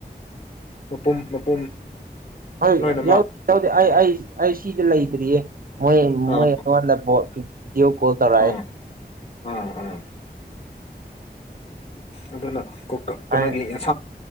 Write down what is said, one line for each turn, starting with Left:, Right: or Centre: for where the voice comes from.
Left: ꯃꯄꯨꯝ ꯃꯄꯨꯝ
Right: ꯍꯣꯏ
Left: ꯂꯣꯏꯅꯃꯛ
Right: ꯌꯥꯎ ꯌꯥꯎꯗꯦ ꯑꯩ ꯑꯩ ꯑꯩ ꯁꯤꯗꯤ ꯂꯩꯇ꯭ꯔꯤꯌꯦ ꯃꯣꯏ
Left: ꯑꯥ
Right: ꯃꯣꯏ ꯑꯩꯉꯣꯟꯗ ꯗꯤꯑꯣ ꯀꯣꯜ ꯇꯔꯥꯏ
Left: ꯑꯥ ꯑꯥ ꯑꯥ ꯑꯗꯨꯅ ꯀꯩꯅꯣꯒꯤ
Right: ꯑꯩ
Left: ꯑꯦꯟꯁꯥꯡ